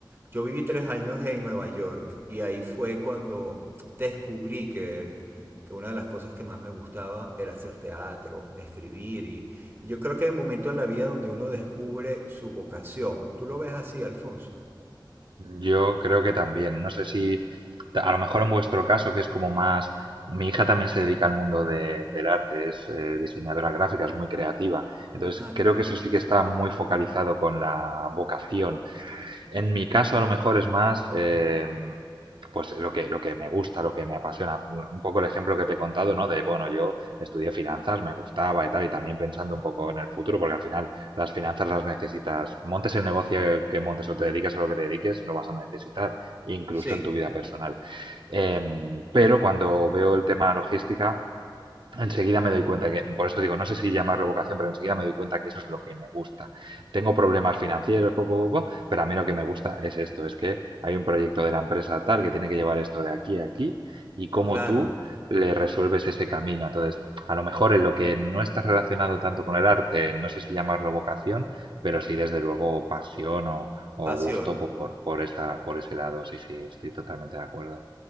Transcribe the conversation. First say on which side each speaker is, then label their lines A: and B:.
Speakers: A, on the right; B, on the right.
A: yo viví tres años en Nueva York y ahí fue cuando descubrí que, que una de las cosas que más me gustaba era hacer teatro, escribir y, y yo creo que hay un momento en la vida donde uno descubre su vocación. ¿Tú lo ves así, Alfonso?
B: Yo creo que también. No sé si, ta- a lo mejor en vuestro caso, que es como más... Mi hija también se dedica al mundo de- del arte, es eh, diseñadora gráfica, es muy creativa. Entonces,
A: Ah,
B: creo
A: qué bien.
B: que eso sí que está muy focalizado con la vocación En mi caso, a lo mejor es más. eh, pues lo que, lo que me gusta, lo que me apasiona. Un poco el ejemplo que te he contado, ¿no? De, bueno, yo estudié finanzas, me gustaba y tal, y también pensando un poco en el futuro, porque al final las finanzas las necesitas, montes el negocio que montes o te dediques a lo que te dediques, lo vas a necesitar, incluso
A: Sí,
B: en tu vida personal. Em, pero cuando veo el tema logística, enseguida me doy cuenta que, por eso digo, no sé si llamarlo vocación, pero enseguida me doy cuenta que eso es lo que me gusta. Tengo problemas financieros, poco, poco, pero a mí lo que me gusta es esto, es que hay un proyecto de la empresa tal que tiene que llevar esto de aquí a aquí y cómo
A: claro,
B: tú le resuelves ese camino. Entonces, a lo mejor en lo que no está relacionado tanto con el arte, no sé si llamarlo vocación, pero sí desde luego pasión o, o
A: pasión.
B: gusto por, por esa, por ese lado. Sí, sí, estoy totalmente de acuerdo.